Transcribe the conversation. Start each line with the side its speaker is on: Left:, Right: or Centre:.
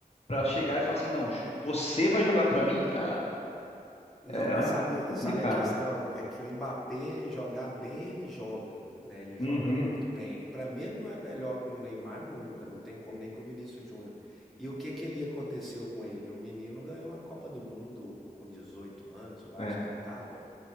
Left: Pra chegar e falar assim, não, j- você vai jogar pra mim, cara,
Centre: Não,
Left: é
Centre: mas sabe,
Left: é complicado.
Centre: sabe a questão? É que o Mbappé jogar bem, ele joga, né? Ele joga
Left: Uhum,
Centre: muito bem. Pra mim, ele não é melhor que o Neymar nunca, não tem como nem com o Vinícius Júnior. E o que que ele aconteceu com ele? O menino ganhou a Copa do Mundo com 18 anos, eu acho
Left: é.
Centre: que ele tava.